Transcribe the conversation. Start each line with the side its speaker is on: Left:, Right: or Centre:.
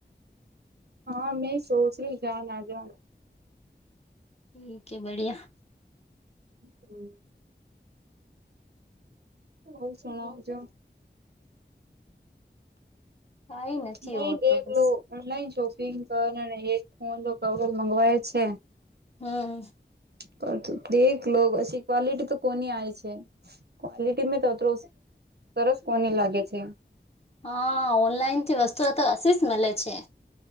Right: હા મે સોચ રહી જા ના જાન.
Left: ઠીક એ બળિયા.
Right: હમ્મ. બઉ શણઉ છો.
Left: કઈ નથી
Right: નહી
Left: ઓર
Right: દેખલું.
Left: તો બસ
Right: ઓનલાઈન શોપિંગ કર અને એક ફોન નો કવર મગવાય છે.
Left: હમ્મ.
Right: પર દેક લો પછી કોલિટુ તો કોની આવી છે. કોલિટી મેં તો, સરસ કોને લાગે છે.
Left: હા ઓનલાઈન થી વસ્તુ તો હસીસ મળે છે.